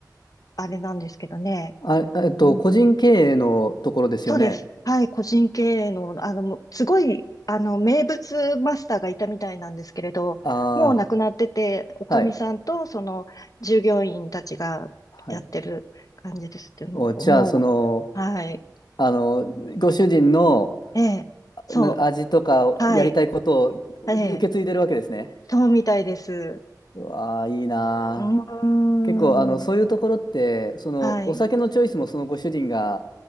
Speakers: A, on the left; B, on the left.
A: あれなんですけどね。
B: あ、えっと、
A: うん
B: 個人経営のところですよね。
A: そうです。はい、個人経営の、あの、もうすごい、あの、名物マスターがいたみたいなんですけれど、
B: あ
A: もう亡くなってて、おかみさんと、
B: あ、はい。
A: その、従業員たちがやってる感じですってうも、
B: はい。お、じゃあ、
A: も
B: その、
A: う、はい、
B: あの、ご主人の
A: ええ、そう、
B: な味とかやりたいことを受け継いでるわけですね。
A: はい、ええ、そうみたいです。
B: うわー、いいな
A: うーん、
B: 結構、あの、そういうところって、その、
A: はい。
B: お酒のチョイスもそのご主人が、